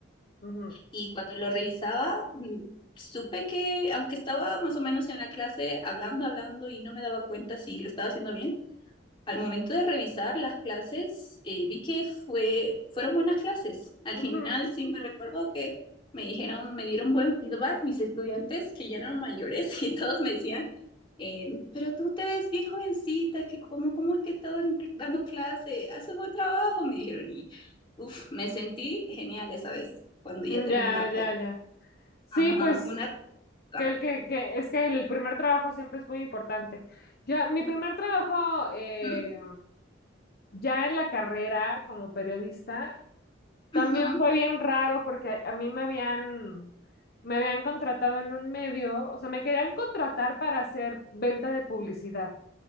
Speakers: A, on the left; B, on the left.
A: Ujú.
B: y cuando lo revisaba, mm, supe que aunque estaba más o menos en la clase hablando, hablando y no me daba cuenta si lo estaba haciendo bien, al momento de revisar las clases, eh, vi que fue, fueron buenas clases. Al
A: Ujú,
B: final sí me
A: ujú.
B: recuerdo que me dijeron, me dieron buen feedback mis estudiantes que ya eran mayores <laughs> y todos me decían, eh, pero tú te ves bien jovencita, es que cómo, cómo es que estás dan- dando clase, haces buen trabajo, me dijeron y uf, me sentí genial esa vez cuando ya terminó
A: Ya,
B: todo.
A: ya, ya. Sí,
B: Ajá,
A: pues
B: como una roca.
A: que el que, que es que el primer trabajo siempre es muy importante. Yo, mi primer trabajo eh,
B: Mm,
A: ya en la carrera como periodista también
B: ujú.
A: fue bien raro porque a mí me habían me habían contratado en un medio, o sea, me querían contratar para hacer venta de publicidad.